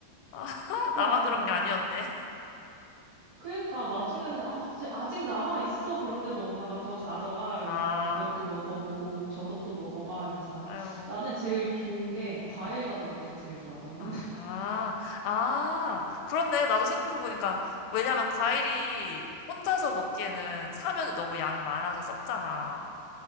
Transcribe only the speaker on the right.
그래.
그러니까 나중에는 아, 이제 아직 남아 있어. 그런데도 엄마가 더 가져가 이러면서
이것도 먹어보고 저것도 먹어봐 이러면서
나는 제일 좋은 게 과일
가져올 때가 제일 좋아. 너는?
<laughs>